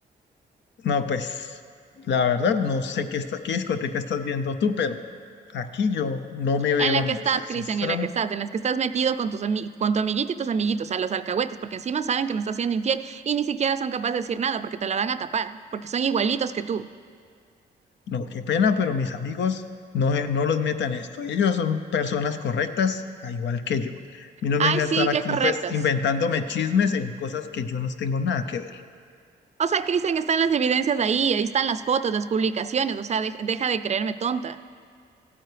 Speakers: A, on the left; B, on the right.
A: No, pues, la verdad, no sé qué, está, qué discoteca estás viendo tú, pero aquí yo no me veo
B: en la
A: a mí.
B: que estás,
A: O sea,
B: Cristian,
A: sinceramente,
B: en la que estás, en las que estás metido con tus ami- con tu amiguito y tus amiguitos, a los alcahuetes, porque encima saben que me estás siendo infiel y ni siquiera son capaces de decir nada, porque te la van a tapar, porque son igualitos que tú.
A: no, qué pena, pero mis amigos no, eh, no los metan en esto. Ellos son personas correctas, a igual que yo. A mí no
B: Ay,
A: me venga
B: sí,
A: a estar aquí,
B: qué correctas.
A: pues, inventándome chismes en cosas que yo no tengo nada que ver.
B: O sea, Cristian, están las evidencias ahí, ahí están las fotos, las publicaciones, o sea, de- deja de creerme tonta.